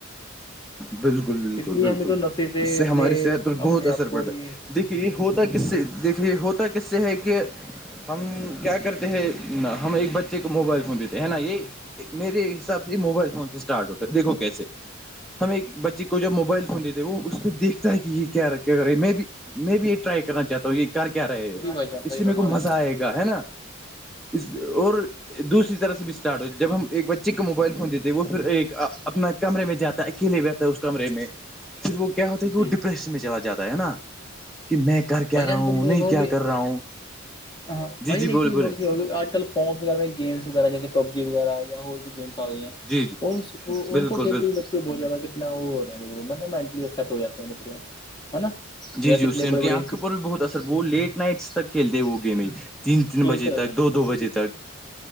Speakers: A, in the centre; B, on the left.
A: بالکل بالکل
B: اس لیے
A: بالکل
B: ہمیں تو نشے
A: اس سے
B: اپنے
A: ہماری صحت پر بہت
B: اپنے
A: اثر
B: آپ کو
A: پڑا
B: بھی
A: دیکھیے ہوتا کس سے دیکھیے ہوتا کس سے ہے کہ ہم کیا کرتے ہیں نا ہم ایک بچے کو موبائل فون دیتے ہے نا یہ میرے حساب سے یہ موبائل فون اسٹارٹ ہوتےیکھو کیسے ہم ایک بچے کو جب موبائل فون دیتے ہیں وہ اس پہ دیکھتا ہے کہ یہ کیا کیا رہے ہے میں بی میں بھی یہ ٹرائی کرنا چاہتا ہوں یہ ک کیا رہے گ
B: جی بھائی جان
A: اس
B: صحیح
A: سے میرے
B: فرما
A: کو مزہ
B: رہے ہو
A: آئے گا ہے نا حب اور دوسری طرح سے بھی اسٹارٹ ہو جب ہم ایک بچے کو موبائل فون دیتے وہ پھر ایک اپنا کمرے میں جاتے اکیلے بیٹھتا ہے اس کمرے میں پھر وہ کیا ہوتا ہے کہ وہ
B: جی
A: ڈپریشن میں چلا جاتا ہے ہے نا کہ میں کر کیا
B: بجن
A: رہا
B: تم
A: ہوں
B: ایک
A: نہیں
B: ہوگی
A: کیا کر رہا ہوں
B: ہاں
A: جی
B: بجن
A: جی
B: ایک
A: بولے
B: چیز
A: بولے
B: نوٹتی ہوگی آج کل فونس وغیر میں گمسغیرہ جیے پبجیغہ یا ہو بھی گم آ رہی ہیں
A: جی جی
B: ان
A: بالکل
B: کو کھیل
A: بالکل
B: کے بھی بچے چ بہت جیادہ کتنا اورلیٹ ہو جاتے ہیں بچے ہے نا
A: جی
B: یا
A: جی
B: کتنی
A: اس سے ان
B: بڑی
A: کی
B: بڑی
A: آنکھوں بھی بہت اثر ہو لیٹ نائٹس تک کھیلتے ہیں وہ گیمیں تین تین
B: کھیلتے
A: بجے
B: رہتے
A: تک
B: ہیں
A: دو دو بجے تک